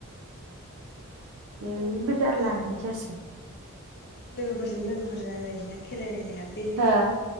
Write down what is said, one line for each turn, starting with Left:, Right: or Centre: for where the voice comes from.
Right: उम
Left: ओरैनो
Right: बे जारलानो
Left: जों
Right: जासिगोन।
Left: लोगोफोरजों लोगोफोर रायलायनाया खेलायलायनाया बेलेग
Right: हो
Left: जायो।